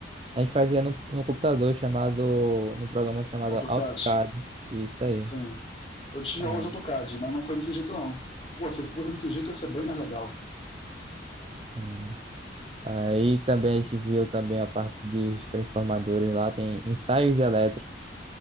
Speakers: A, on the right; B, on the left.
A: a gente fazia no, no computador chamado, num programa chamado
B: AutoCAD.
A: AutoCAD, isso aí.
B: Sim. Eu tive
A: Aí,
B: aula de AutoCAD, mas não foi desse jeito, não. Pô, se fosse desse jeito, ia ser bem mais legal.
A: hum. Aí também a gente viu também a parte dos transformadores lá, tem ensaios elétricos.